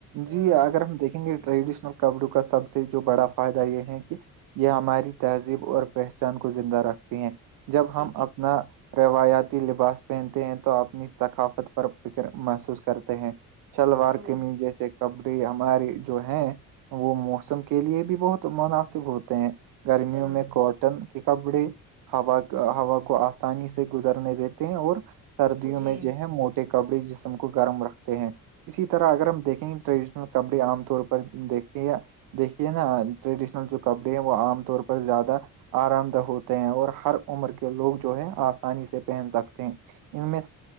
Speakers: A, on the right; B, on the right.
A: جی
B: ہاں
A: اگر ہم دیکھیں گے ٹریڈیشنل کپڑوں کا سب سے جو بڑا فائدہ یے ہے کی یے ہماری تہذیب اور پہچان کو زندہ رکھتی ہیں جب
B: جی
A: ہم اپنا روایاتی لباس پہنتے ہیں تو اپنی ثقافت پر فکر محسوس کرتے ہیں شلوار
B: ہوں
A: قمیض جیسے کپڑے ہماری جو ہیں وہ موسم کے لیے بھی بہت مناسب ہوتے ہیں گرمیوں
B: ہاں
A: میں کاٹن کے کپڑے ہوا ہوا کو آسانی سے گز گزرنے دیتے ہیں اور سردیوں
B: جی
A: میں جو ہے موٹے کپڑے جسم کو گرم رکھتے ہیں اسی طرح اگر ہم دیکھیں گے ٹریڈیشنل کپڑے عام طور پر یے دیکھیے نا ٹریڈیشنل جو کپڑے ہیں وہ عام طور پر زیادہ آرام دہ ہوتے ہیں اور ہر عمر کے لوگ جو ہے آسانی سے پہن سکتے ہیں ان میں